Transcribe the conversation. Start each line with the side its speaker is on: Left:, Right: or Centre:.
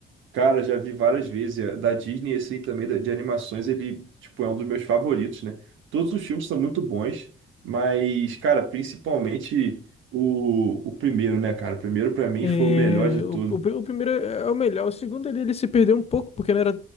Right: Cara, já vi várias vezes. É, Da Disney, esse aí também da- de animações, ele, tipo, é um dos meus favoritos, né? Todos os filmes são muito bons, mas, cara, principalmente o, o primeiro, né, cara? O primeiro, pra mim,
Left: É,
Right: foi o melhor de
Left: o,
Right: tudo.
Left: o, pri- o primeiro é é o melhor. O segundo ali, ele se perdeu um pouco, porque não era,